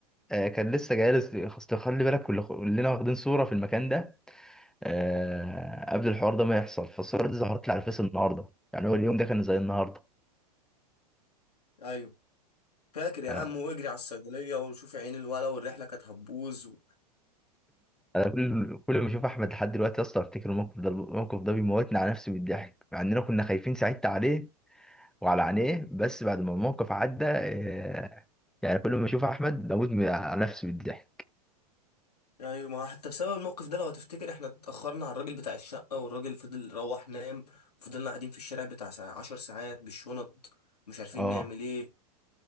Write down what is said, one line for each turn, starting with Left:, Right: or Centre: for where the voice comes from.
Centre: آه، كان لسه جالس اصل خلي بالك كل- كلنا واخدين صوره في المكان ده آه، قبل الحوار ده ما يحصل فالصوره دي ظهرت لي على الفيس النهارده يعني هو اليوم ده كان زي النهارده
Left: ايوه فاكر يا
Centre: آه،
Left: عم واجري على الصيدليه وشوف عين الولا والرحله كانت هتبوظ و...
Centre: كل كل ما اشوف احمد لحد دلوقتي اصلا افتكر الموقف ده الموقف ده بيموتني على نفسي بالضحك مع اننا كنا خايفين ساعتها عليه وعلى عينيه بس بعد ما الموقف عدى آه، يعني كل ما اشوف احمد بموت من- على نفسي بالضحك
Left: ايوه ما حتى بسبب الموقف ده لو هتفتكر احنا اتاخرنا على الراجل بتاع الشقه والراجل فضل روح نام فضلنا قاعدين في الشارع بتاع ساعة- عشر ساعات بالشنط مش عارفين
Centre: اه
Left: نعمل ايه